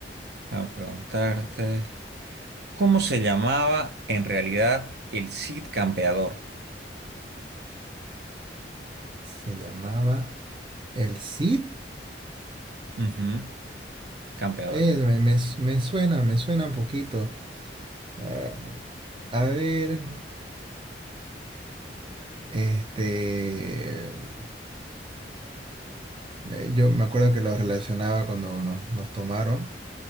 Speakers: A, on the right; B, on the right.
A: a preguntarte. ¿Cómo se llamaba en realidad el Cid Campeador?
B: Se llamaba El Cid.
A: Ujú, Campeador.
B: Eh, me, me- me suena, me suena un poquito. Ah, a ver, este, me- yo me acuerdo que lo relacionaba cuando nos, nos tomaron